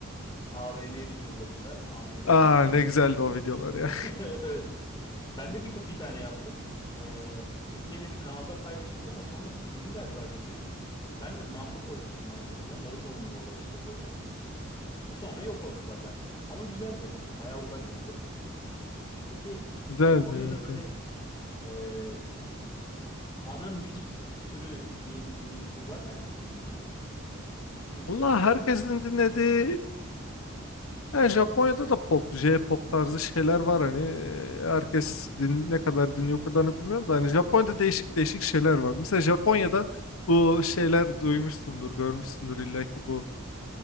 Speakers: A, on the left; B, on the left.
A: AVM videolarında. AMV
B: <laughs> Aa
A: mi? AV-
B: ne güzeldi o videolar ya.
A: <laughs> Evet evet. Ben de bir, bir tane yaptım. Ee, Türkiye'de bir kanalda paylaşıldı ama sonra silindi galiba video. Ben de Namba koymuştum arkasına. Naruto'nun da o da işte böyle. E sonra yok oldu tabii hani. Ama güzeldi. Bayağı uğraşması da keyifli. Peki
B: <laughs> Güzeldi
A: Japonya'da
B: evet.
A: böyle
B: evet.
A: e, ana müzik türü diyebileceğin bir tür var mı herkesin dinlediği? Türkiye'de
B: Allah
A: pop
B: herkesin
A: mesela.
B: dinlediği yani Japonya'da da pop, J-pop tarzı şeyler var hani E, herkes din, ne kadar dinliyor o kadarını bilmiyorum da hani Japonya'da değişik değişik şeyler var. Mesela Japonya'da bu şeyler duymuşsundur, görmüşsündür illa ki bu